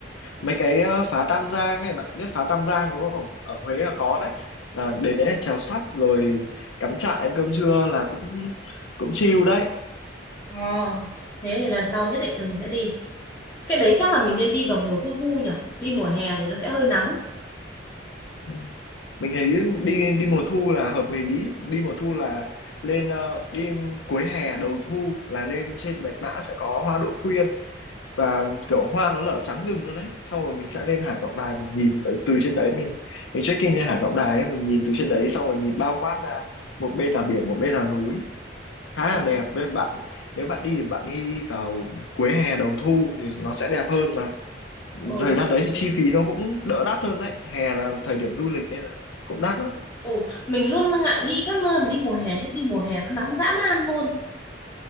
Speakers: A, on the left (about 80°); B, on the left (about 15°).
A: mấy cái ờ, phá Tam Giang này bạn biết phá Tam Giang đúng không ở Huế là có đấy là đến đấy là chèo sắp rồi cắm trại ăn cơm trưa là cũng cũng chill đấy
B: Ờ, thế thì lần sau nhất định là mình sẽ đi. Cái đấy chắc là mình nên đi vào mùa thu thu nhỉ? Đi mùa hè thì nó sẽ hơi nắng.
A: Ừ. mình thấy đi đi mùa thu là hợp lý đi mùa thu là lên ờ, đi cuối hè đầu thu là lên trên Bạch Mã sẽ có hoa đỗ quyên và kiểu hoa nó nở trắng rừng luôn đấy xong rồi mình sẽ lên Hải Vọng Đài mình nhìn ở từ trên đấy mình mình check-in lên Hải Vọng Đài ấy, mình nhìn từ trên đấy xong rồi nhìn bao quát ra một bên là biển một bên là núi khá
B: Ừ.
A: là đẹp nên bạn nếu bạn đi thì bạn đi vào cuối hè đầu thu thì nó sẽ đẹp hơn mà
B: Ừ.
A: thời gian đấy thì chi phí nó cũng đỡ đắt hơn đấy hè là thời điểm du lịch nên là cũng đắt lắm
B: Ừ, mình luôn ngại đi các nơi mà đi mùa hè chứ đi mùa hè nó nóng dã man luôn